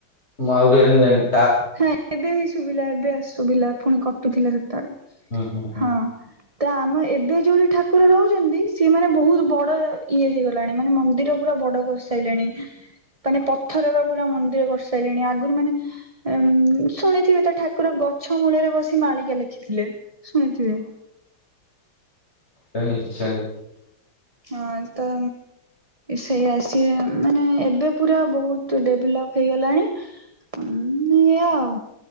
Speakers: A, on the left (about 30°); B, on the right (about 20°).
A: ମୁଁ ଆ <unintelligible>
B: ହେଁ ଏବେ ହେଇ ଶୁଭିଲା, ଏବେ ଆସ ସୁଭିଲା ପୁଣି କଟୁଥିଲା ସେତେବେଳେ
A: ହୁଁ ହୁଁ ହୁଁ
B: ହଁ। ତ ଆମ ଏବେ ଯୋଉଠି ଠାକୁର ରହୁଛନ୍ତି, ସିଏ ମାନେ ବହୁତ ବଡ ଇଏ ହେଇଗଲାଣି ମାନେ ମନ୍ଦିର ପୁରା ବଡ। କରିସାଇଲେଣି ମାନେ ପଥରର ପୁରା ମନ୍ଦିର କରିସାଇଲେଣି ଆଗରୁ ମାନେ ଏମ୍ ଶୁଣିଥିବେ ତ ଠାକୁର ଗଛ ମୂଳରେ ବସି ମାଳିକା ଲେଖିଥିଲେ, ଶୁଣିଥିବେ?
A: ସୁଣିଚି, ଶୁନିଚି।
B: ହଁ ତ ସେଇଆ ସିଏ ମାନେ ଏବେ ପୁରା ବହୁତ ଡେଭଲପ ହେଇଗଲାଣି। ଉଁ ଏଇଆ ଆଉ।